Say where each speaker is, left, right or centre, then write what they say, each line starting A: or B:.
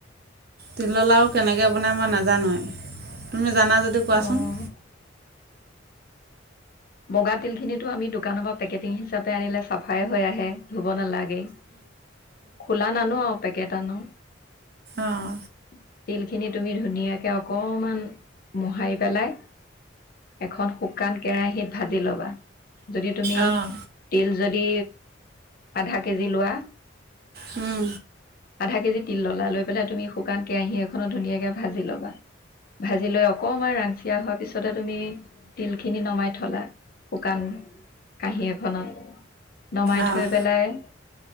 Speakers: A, on the right; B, on the left.
A: তিলৰ লাৰু কেনেকে বনাই মই নাজানোৱে, তুমি জানা যদি কোৱাচোন।
B: অ বগা তিলখিনিতো আমি দোকানৰ পৰা পেকেটিং হিচাপে আনিলে চাফাই হৈ আহে ব, নালাগে, খোলা নানো আ পেকেট আনো। <inaudible>
A: অঁ
B: তিল খিনি তুমি ধুনীয়াকে অকমান মোহাৰি পেলাই এখন শুকান কেৰাহীত ভাজি ল'বা। যদি তুমি
A: অঁ
B: তিল যদি আধা কেজি লোৱা
A: উম
B: আধা কেজি তিল ললা লৈ পেলাই তুমি শুকান কেৰাহী এখনত ধুনীয়াকে ভাজি ল'বা ভাজি লৈ অকমান ৰান য়া হোৱাৰ পিছতে তুমি তিলখিনি নমাই থলা <inaudible> শুকান কাহি এক খনত নমাই
A: অঁ
B: থৈ পেলাই